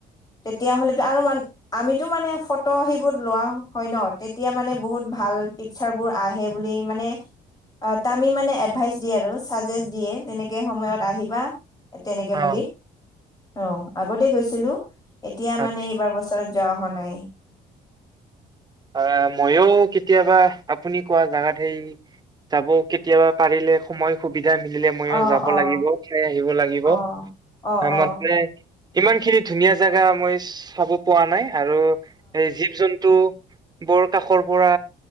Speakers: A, on the left; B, on the right.
A: তেতিয়া হলেতো আৰু মান আমিতো মানে ফটো সেইবোৰ লোৱা হয় নহ, তেতিয়া মানে বহুত ভাল পিকচাৰবোৰ আহে বুলি মানে অ', তামি মানে এডভাইচ দিয়ে আৰু চাজেষ্ট দিয়ে, তেনেকে সময়ত আহিবা। তেনেকে
B: অ
A: বুলি অ', আগতে গৈছিলো, এতিয়া
B: আচ্ছা
A: মানে এইবাৰ ত যোৱা হোৱা নাই।
B: আহ, মইও কেতিয়াবা আপুনি কোৱা জাগাত সেই যাব কেতিয়াবা পাৰিলে, সময় সুবিধা মিলিলে মযইও
A: অ
B: যাব
A: অ
B: লাগিব, চাই আহিব লাগিব
A: অ
B: আ
A: অ অ অ
B: ইমান খিনি ধুনীয়া জেগা মই চাব পোৱা নাই, আৰু এই জী-জন্তু বৰ কাষৰ পৰা